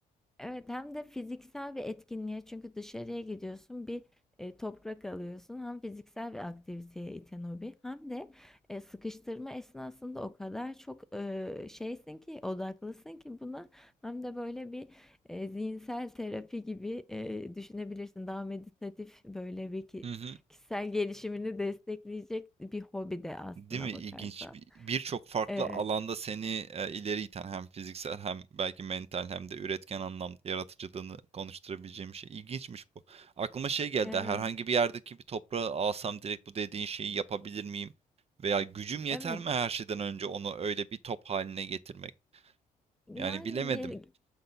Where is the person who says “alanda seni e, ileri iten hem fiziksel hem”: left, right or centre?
Right